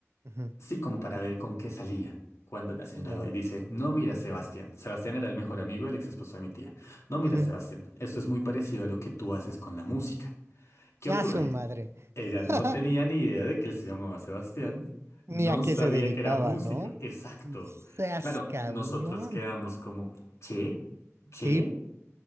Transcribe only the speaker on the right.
ujú,
claro.
ujú.
A
su madre.
<laughs>
Ni a
qué se dedicaba,
¿no?
Seas
cabrón.
¿Qué